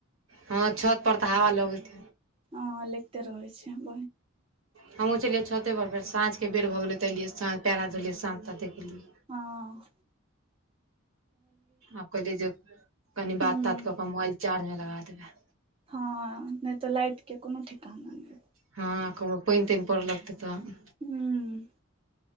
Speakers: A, on the right; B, on the right.
A: हँ छत पर तऽ हवा लगत।
B: ह लगते रहै छै ब।
A: हमहूँ छलियै छते पर फेर साँझके बेर भऽ गेलै तऽ एलियै साँझ पैर-हाथ धोलियै साझ त देखलियै।
B: हँ।
A: आब कहलिए जे, कनि
B: हूं
A: बात-तात कऽ क मोबाइल चार्ज में लगा देबै।
B: हँ नहि तऽ लाइट के कोनो ठेकाना नइ।
A: हँ कहु पइन-तइन पड़ऽ लगतय तऽ।
B: हूँ।